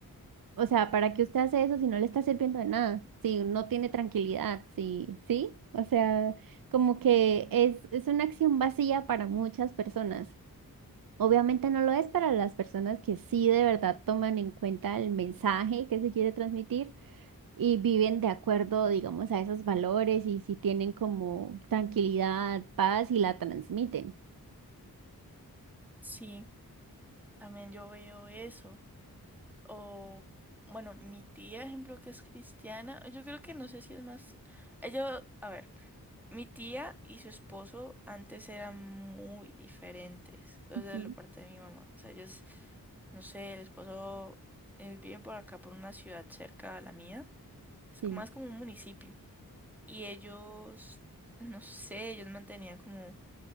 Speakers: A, on the right; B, in the centre.
A: o sea, ¿para qué usted hace eso si no le está sirviendo de nada? Si no tiene tranquilidad, sí, sí. O sea, como que es, es una acción vacía para muchas personas. Obviamente no lo es para las personas que sí de verdad toman en cuenta el mensaje que se quiere transmitir y viven de acuerdo, digamos, a esos valores y si tienen como tranquilidad, paz y la transmiten.
B: Sí, también yo veo eso. O, bueno, mi tía, ejemplo, que es cristiana, yo creo que no sé si es más, ella, a ver. Mi tía y su esposo antes eran muy diferentes, los
A: Ujú.
B: de la parte de mi mamá. O sea, ellos, no sé, el esposo eh, viven por acá, por una ciudad cerca a la mía. Es
A: Sí.
B: como- más como un municipio. Y ellos, <laughs> no sé, ellos mantenían como